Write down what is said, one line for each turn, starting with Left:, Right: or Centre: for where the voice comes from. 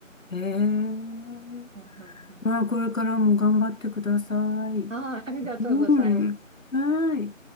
Left: え、へえ、
Right: うんうん。
Left: まあ、これからも頑張ってください。
Right: ああ、ありがとうございます。
Left: うん、はい。